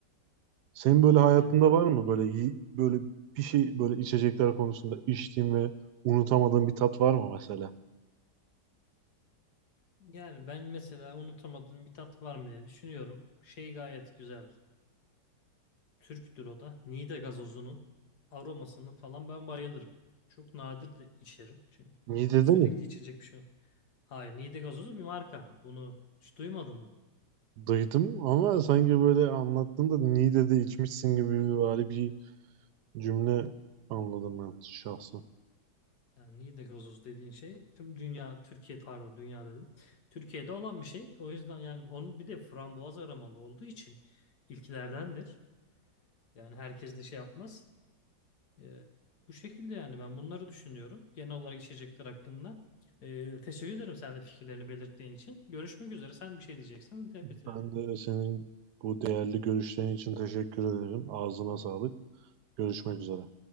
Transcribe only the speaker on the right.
Senin böyle hayatında
var mı böyle yi- böyle bir şey böyle içecekler konusunda içtiğin ve unutamadığın bir tat var mı mesela?
Niğde'de
mi?
Duydum ama sanki böyle anlattığında Niğde'de içmişsin gibi böyle bir cümle anladım ben şahsen.
Ben de senin bu değerli görüşlerin için teşekkür ederim. Ağzına sağlık. Görüşmek üzere.